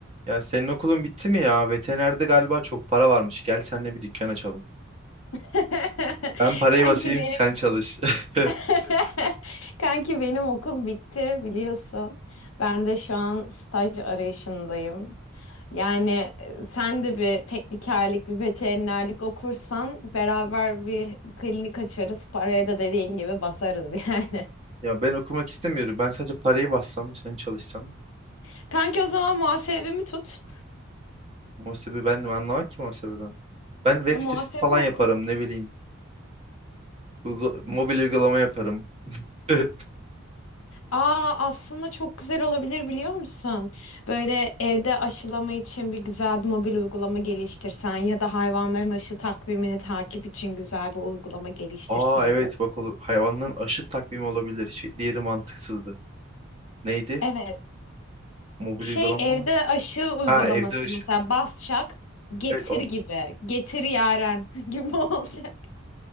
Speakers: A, on the right; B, on the left.
A: Ya senin okulun bitti mi ya? Veterinerde galiba çok para varmış. Gel seninle bir dükkan açalım.
B: <laughs>
A: Ben parayı
B: Kanki
A: basayım,
B: benim
A: sen çalış. <laughs>
B: <laughs> Kanki benim okul bitti biliyorsun. Ben de şu an staj arayışındayım. Yani e, sen de bir teknikerlik, bir veterinerlik okursan beraber bir klinik açarız. Paraya da dediğin gibi basarız yani.
A: Ya ben okumak istemiyorum. Ben sadece parayı bassam, sen çalışsan.
B: <laughs> Kanki o zaman muhasebemi tut.
A: Muhasebe ben mi anlamak ki muhasebeden? Ben web
B: E, Muhasebe
A: sitesi falan yaparım,
B: oku.
A: ne bileyim. Uygu- mobil uygulama yaparım. <laughs>
B: Aa aslında çok güzel olabilir biliyor musun? Böyle evde aşılama için bir güzel bir mobil uygulama geliştirsen ya da hayvanların aşı takvimini takip için güzel bir uygulama geliştirsen
A: Aa evet
B: böyle.
A: bak ola- hayvanların aşı takvimi olabilir. Şey, diğeri mantıksızdı. Neydi?
B: Evet.
A: Mobil
B: Şey
A: uygulama.
B: evde
A: mı?
B: aşı uygulaması
A: Ha evde aşı.
B: mesela Basçak getir
A: Evet o-
B: gibi. Getir Yaren <laughs> gibi olacak.